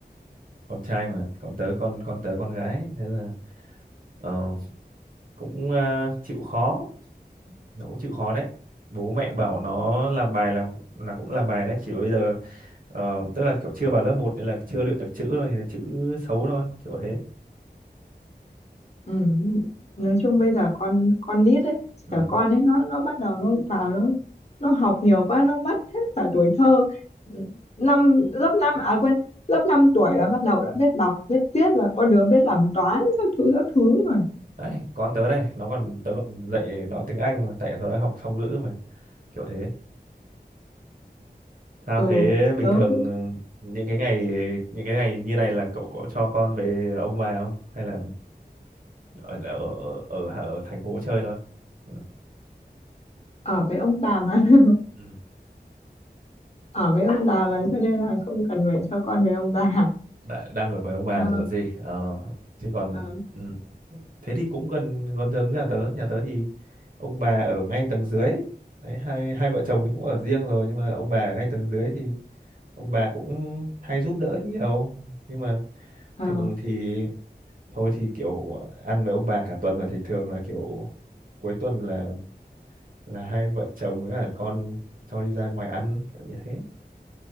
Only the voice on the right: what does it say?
con trai mà còn tớ con con tớ con gái nên là ờ, cũng à, chịu khó nó cũng chịu khó đấy bố mẹ bảo nó làm bài là là cũng làm bài đấy chỉ bây giờ ờ, tức là kiểu chưa vào lớp một nên là chưa luyện được chữ thôi thì chữ xấu thôi kiểu thế
ừ.
đấy con tớ đây nó còn tớ còn dạy nó tiếng Anh mà tại nó đang học song ngữ mà kiểu thế sao
thế bình
thường
ờ, những cái ngày những cái ngày như này là cậu có cho con về ông bà không hay là ở ở ở, ở, ở thành phố chơi thôi Ừ.
Ừ.
Đã, đang ở với ông bà
rồi gì Ờ, chứ còn
ừ. thế thì cũng gần gần giống nhà tớ nhà tớ thì ông bà ở ngay tầng dưới đấy hai hai vợ chồng thì cũng ở riêng rồi nhưng mà ông bà ở ngay tầng dưới thì ông bà cũng hay giúp đỡ nhiều nhưng mà
thường thì thôi thì kiểu ăn với ông bà cả tuần rồi thì thường là kiểu cuối tuần là là hai vợ chồng với cả con cho đi ra ngoài ăn kiểu như thế